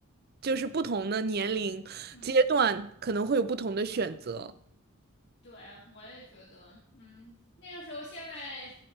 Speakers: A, on the right; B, on the left.
A: 就是不同的年龄阶段可能会有不同的选择。
B: 嗯。对，我也觉得，嗯，那个时候现在